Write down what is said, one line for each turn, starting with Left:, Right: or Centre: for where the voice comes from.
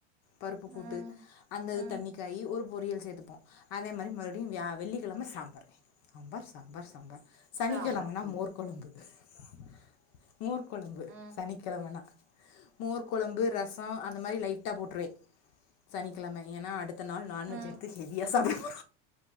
Left: பருப்பு
Right: ம்
Left: கூட்டு அது
Right: ம்
Left: தண்ணிக்காயி ஒரு பொறியல் சேத்துப்போ அதே மாரி மறுபடியு வியா வெள்ளிக்கெழம சாம்பார் சாம்பார் சாம்பார் சாம்பார் சனிக்கெழமனா
Right: சாம்பார் ம்
Left: மோர்கொழம்பு சாம்பார் மோர்கொழம்பு
Right: ம்
Left: சனிக்கெழமனா மோர் கொழம்பு ரசோ அந்த மாரி லைட்டா போட்ருவே சனி கெழமை ஏன்னா அடுத்த நாள் நான்வெஜ்
Right: ம்
Left: எடுத்து ஹெவியா சாப்டு